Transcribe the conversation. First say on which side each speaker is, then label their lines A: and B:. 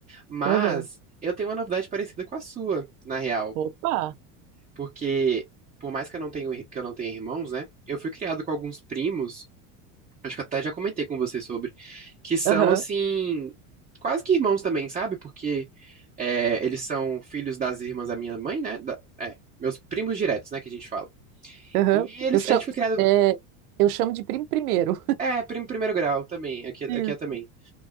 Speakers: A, on the right (about 20°); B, on the right (about 80°).
A: Mas
B: Aham.
A: eu tenho uma novidade parecida com a sua, na real,
B: Opa!
A: porque por mais que eu não tenho, que eu não tenha irmãos, né, eu fui criado com alguns primos acho que até já comentei com você sobre, que são,
B: Aham,
A: assim, quase que irmãos também, sabe? Porque é, eles são filhos das irmãs da minha mãe, né? Da- é, meus primos diretos, né, que a gente fala.
B: aham.
A: E eles,
B: Eu chamo,
A: a gente foi criado,
B: é, eu chamo de primo primeiro.
A: é, primo primeiro grau também, aqui, aqui
B: Isso.
A: é também.